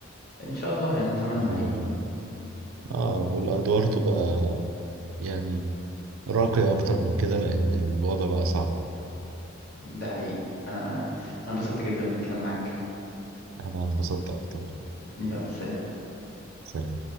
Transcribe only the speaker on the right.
كده
اه والادوار تبقى يعني راقية اكتر من كده لان الوضع بقى صعب يعني
انا انبسطت اكتر والله
سلام